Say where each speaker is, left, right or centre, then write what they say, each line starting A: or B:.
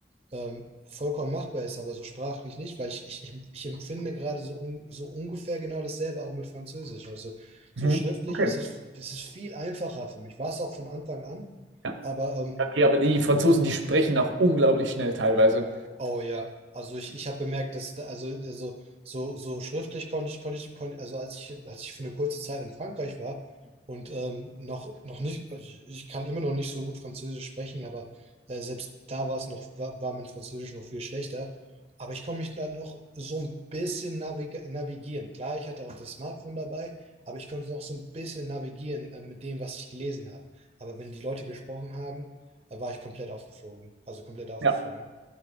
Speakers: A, on the right; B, on the right.
A: ähm, vollkommen machbar ist, aber so sprachlich nicht, weil ich, ich, ich ich empfinde gerade so, un, so ungefähr genau dasselbe auch mit Französisch. Also so
B: Mhm.
A: schriftlich
B: Okay.
A: ist es, ist es viel einfacher für mich. War es auch von Anfang an,
B: Ja.
A: aber ähm,
B: Okay, aber die Franzosen, die sprechen auch unglaublich schnell teilweise.
A: Oh ja, also ich, ich habe bemerkt, dass da, also, also so, so schriftlich konnte ich, konnte ich, konnte, also als ich, als ich für eine kurze Zeit in Frankreich war und ähm, noch, noch nicht, ich ich kann immer noch nicht so gut Französisch sprechen, aber äh, selbst da war es noch, war, war mein Französisch noch viel schlechter. Aber ich konnte mich dann noch so ein bisschen navig navigieren. Klar, ich hatte auch das Smartphone dabei, aber ich konnte noch so ein bisschen navigieren äh, mit dem, was ich gelesen habe. Aber wenn die Leute gesprochen haben, äh, war ich komplett aufgeflogen. Also komplett aufgeflogen.
B: Ja,